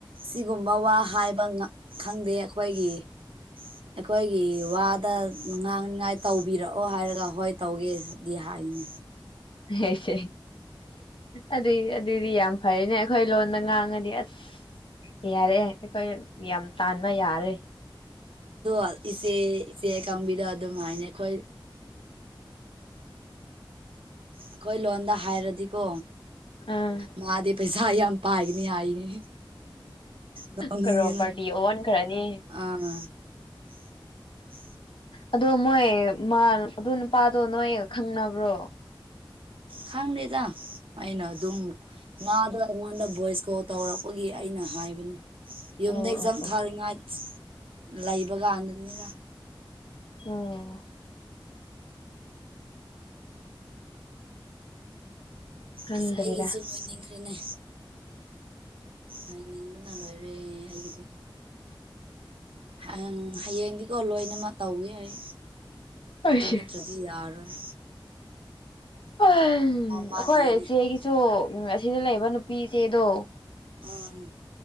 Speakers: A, on the right (about 90°); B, on the left (about 75°).
A: ꯁꯤꯒꯨꯝꯕ ꯋꯥ ꯍꯥꯏꯕ ꯈꯪꯗꯦ ꯑꯩꯈꯣꯏꯒꯤ ꯑꯩꯈꯣꯏꯒꯤ ꯋꯥꯗ ꯉꯥꯡ ꯉꯥꯏ ꯇꯧꯕꯤꯔꯛꯑꯣ ꯍꯥꯏꯔꯒ ꯍꯣꯏ ꯇꯧꯒꯦ ꯑꯗꯨꯗꯤ ꯍꯥꯏꯅꯤ
B: ꯍꯁꯦ ꯑꯗꯨ ꯑꯗꯨꯗꯤ ꯌꯥꯝ ꯐꯔꯤꯅꯦ ꯑꯩꯈꯣꯏ ꯂꯣꯟꯗ ꯉꯥꯡꯉꯗꯤ ꯑꯁ ꯌꯥꯔꯑꯦ ꯑꯩꯈꯣꯏ ꯌꯥꯝ ꯇꯥꯟꯕ ꯌꯥꯔꯦ
A: ꯑ ꯏꯆꯦ ꯏꯆꯦ ꯀꯥꯡꯕꯤꯗ ꯑꯗꯨꯝ ꯍꯥꯏꯅ ꯑꯩꯈꯣꯏ ꯑꯩꯈꯣꯏ ꯂꯣꯟꯗ ꯍꯥꯏꯔꯗꯤꯀꯣ
B: ꯑꯥ
A: ꯃꯥꯗꯤ ꯄꯩꯁꯥ ꯌꯥꯝ ꯄꯥꯏꯒꯅꯤ ꯍꯥꯏꯅꯤ ꯅꯣꯛꯅꯤꯡꯉꯦꯅ
B: ꯈꯔꯣꯕꯔꯇꯤ ꯑꯣꯟ ꯈꯔꯅꯤ
A: ꯑꯥ <unintelligible>
B: ꯑꯣ ꯃꯣꯏ ꯃꯥ ꯑꯗꯨ ꯅꯨꯄꯥꯗꯣ ꯅꯣꯏ ꯈꯪꯅꯕ꯭ꯔꯣ
A: ꯈꯪꯗꯦꯗ ꯑꯩꯅ ꯑꯗꯨꯝ ꯉꯗꯣ ꯑꯩꯉꯣꯟꯗ ꯚꯣꯏꯁ ꯀꯣꯜ ꯇꯧꯔꯛꯄꯒꯤ ꯑꯩꯅ ꯍꯥꯏꯕꯅꯦ ꯌꯨꯝꯗ
B: ꯑꯣ
A: ꯑꯦꯛꯖꯥꯝ
B: ꯑꯣ ꯑꯣ
A: ꯊꯥꯔꯤꯉꯥꯏ ꯂꯩꯕ ꯀꯥꯟꯗꯗꯤꯅꯤꯗ
B: ꯑꯣ ꯈꯪꯗ꯭ꯔꯦꯗ
A: ꯑꯁ ꯑꯩꯒꯤꯁꯨ ꯂꯣꯏꯅꯤꯡ꯭ꯔ ꯅꯦ ꯂꯥꯏꯅꯤꯡꯕꯅ ꯂꯣꯏꯔꯦ ꯑꯩꯒꯤꯗꯤ ꯑ ꯍꯌꯦꯡꯗꯤꯀꯣ ꯂꯣꯏꯅꯃꯛ ꯇꯧꯋꯦ ꯑꯩ
B: ꯑꯩꯁꯦ
A: ꯑꯗꯨ ꯅꯠꯇ꯭ꯔꯗꯤ ꯌꯥꯔꯣꯏ
B: ꯍ ꯑꯩꯈꯣꯏ
A: ꯋꯥꯠꯂꯤꯌꯦꯅꯦ
B: ꯏꯆꯦꯒꯤꯁꯨ ꯁꯤꯗ ꯂꯩꯕ ꯅꯨꯄꯤꯁꯦꯗꯣ
A: ꯎ